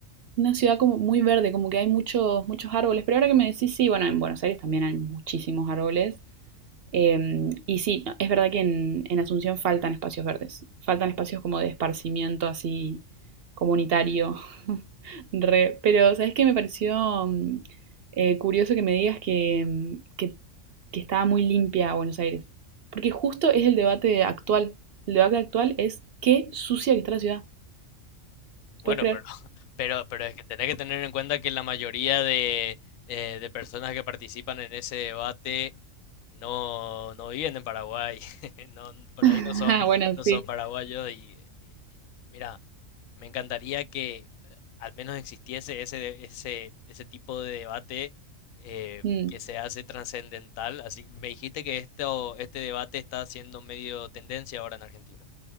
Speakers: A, on the right; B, on the left.
A: una ciudad como muy verde, como que hay muchos, muchos árboles. Pero ahora que me decís, sí, bueno, en Buenos Aires también hay muchísimos árboles. Em, y sí, es verdad que en, en Asunción faltan espacios verdes, faltan espacios como de esparcimiento así comunitario, <laughs> re, pero ¿sabes qué? Me pareció mm, eh, curioso que me digas que, mm, que, que estaba muy limpia Buenos Aires, porque justo es el debate actual, el debate actual es qué sucia que está la ciudad,
B: Bueno,
A: ¿puedes creer?
B: pero, <laughs> pero, pero es que tenés que tener en cuenta que la mayoría de, eh, de personas que participan en ese debate no, no viven en Paraguay, <laughs> no, por
A: <laughs>
B: ahí no son,
A: Ah, bueno,
B: no son
A: sí.
B: paraguayos y, y- mira, me encantaría que eh, al menos existiese ese, de- ese, ese tipo de debate eh,
A: Mm.
B: que se hace trascendental. Así me dijiste que esto, este debate está siendo medio tendencia ahora en Argentina.